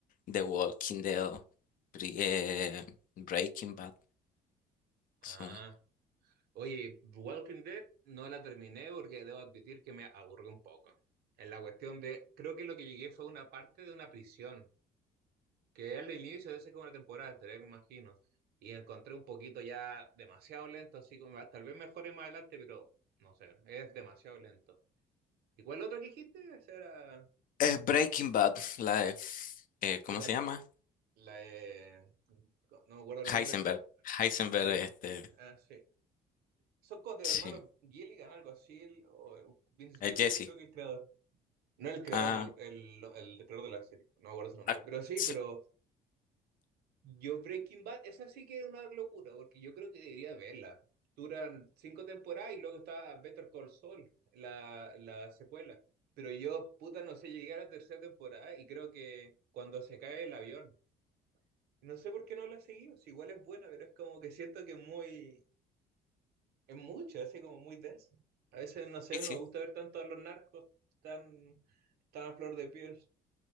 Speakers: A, on the left; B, on the right.
A: The Walking Dead, Bre- eh, Breaking Bad,
B: Ah,
A: son,
B: oye, Walking Dead no la terminé porque debo admitir que me aburrió un poco. En la cuestión de, creo que lo que llegué fue una parte de una prisión, que es el inicio de esa como la temporada tres me imagino. Y encontré un poquito ya demasiado lento, así como "Ah, tal vez mejore más adelante, pero no sé, es demasiado lento. ¿Y cuál otro que dijiste? Esa era.
A: eh, Breaking Bad, <laughs> la de, eh, ¿cómo
B: Puta,
A: se llama?
B: la de. No me acuerdo el
A: Heisenberg,
B: nombre de los.
A: Heisenberg,
B: La de.
A: este,
B: Ah, sí. Son como de los
A: sí,
B: hermanos Gilligan, algo así, el- o Vince
A: eh,
B: Gilligan,
A: Jesse,
B: creo que el creador. No el creador,
A: ah,
B: me acu- el, no, el creador de la serie, no me acuerdo su nombre.
A: ah,
B: Pero sí,
A: sí,
B: pero yo Breaking Bad, esa sí que es una locura, porque yo creo que debería verla. Duran cinco temporadas y luego está Better Call Saul, la, la secuela. Pero yo, puta, no sé, llegué a la tercera temporada y creo que cuando se cae el avión. No sé por qué no la he seguido, si igual es buena, pero es como que siento que es muy, es mucho, hace como muy denso. A veces, no sé,
A: sí, sí.
B: no me gusta ver tanto a los narcos tan, tan a flor de piel.